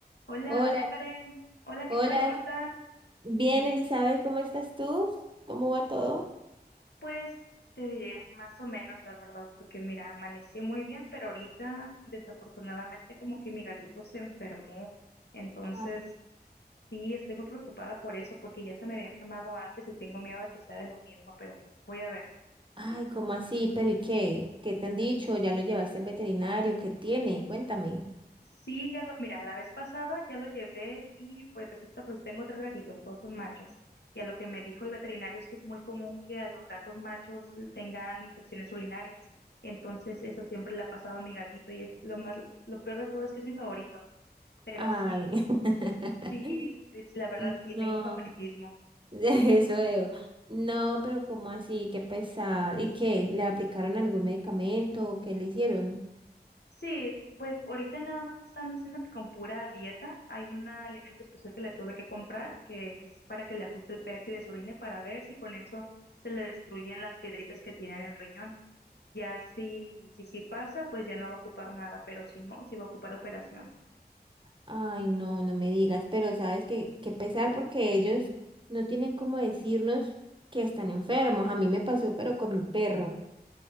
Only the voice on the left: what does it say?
Hola,
hola Karen. Hola, ¿qué
tal? ¿Cómo estás?
Pues te diré, más o menos, la verdad, porque mira, amaneció muy bien, pero ahorita desafortunadamente como que mi gatito se enfermó. Entonces,
sí, estoy muy preocupada por eso, porque ya se me había enfermado antes y tengo miedo de que sea de lo mismo, pero voy a ver.
Sí, ya lo, mira, la vez pasada ya lo llevé y pues resulta, pues tengo tres gatitos, todos son machos. Y a lo que me dijo el veterinario es que es muy común que a los gatos machos tengan infecciones urinarias. Entonces, eso siempre le ha pasado a mi gatito y es lo más, lo peor de todo es que es mi favorito. Pero
sí,
sí, es- la verdad sí,
tengo favoritismo.
Sí, pues ahorita nada más me están diciendo que con pura dieta hay un alimento especial que le tuve que comprar, que es para que le ajuste el pH de su orina para ver si con eso se le destruyen las piedritas que tiene en el riñón. Ya si, si, si pasa, pues ya no va a ocupar nada, pero si no, sí va a ocupar operación.